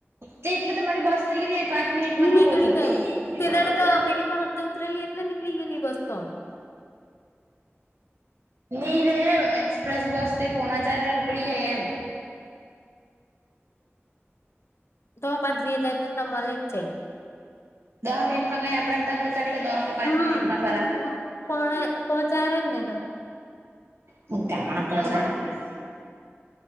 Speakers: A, on the right; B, on the left.
A: તે એટલે તો મારી બસ નિકરી જાય પાંચ મિનિટમાં
B: હું નીકળી
A: ના પહોચે
B: જાય તે દાડે તો પેલી પણ અત ઉતરેલી એટલે નીકળી ગેલી બસ તો
A: નહી રે એક્સપ્રેસ બસ તે પોનાચારે ઉપડી જાય એમ
B: દહ પાતરી એ જાય તન તો મલી જ જાય.
A: દહ મિનટમાં કાંઈ આપડાને તા પહંચાડે કે દહ કે પાંચ
B: હમ
A: મિનિટમાં ખરા
B: પણ પહોંચાડે જ ને તો
A: હું કામણા <inaudible>